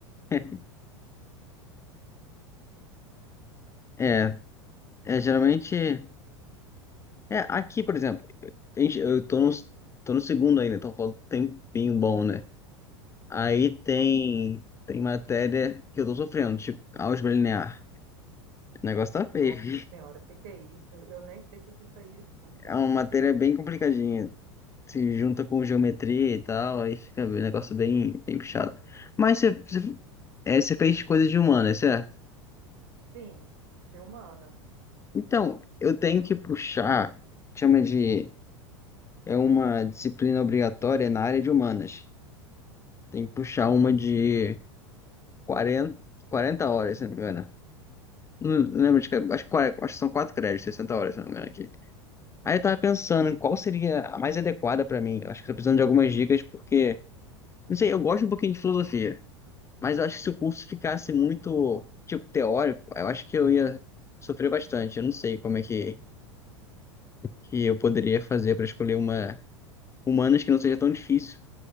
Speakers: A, on the left (about 20°); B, on the right (about 55°).
A: <laughs> É, é geralmente. É, aqui, por exemplo, a gente- eu tô no, tô no segundo ainda, então falta um tempinho bom, né? Aí tem,
B: Bom,
A: tem matéria que eu tô sofrendo, tipo álgebra linear. O negócio tá
B: nossa
A: feio.
B: senhora,
A: <laughs>
B: o que que é isso? Eu nem sei o que que isso aí estuda,
A: É
B: gente.
A: uma matéria bem complicadinha. Se junta com geometria e tal, aí fica um negócio bem, bem puxado. Mas você, você, é, você fez coisa de humana, é certo?
B: Sim, de humanas.
A: Então, eu tenho que puxar, chama de, é uma disciplina obrigatória na área de humanas. Tem que puxar uma de quarenta quarenta horas, se não me engano. Não, não lembro de, que- acho, que quar- acho que são 4 créditos, 60 horas, se não me engano aqui. Aí eu tava pensando em qual seria a mais adequada pra mim. Eu acho que tô precisando de algumas dicas, porque, não sei, eu gosto um pouquinho de filosofia, mas eu acho que se o
B: Hum.
A: curso ficasse muito, tipo, teórico, eu acho que eu ia sofrer bastante. Eu não sei como é que, que eu poderia fazer pra escolher uma humanas que não seja tão difícil,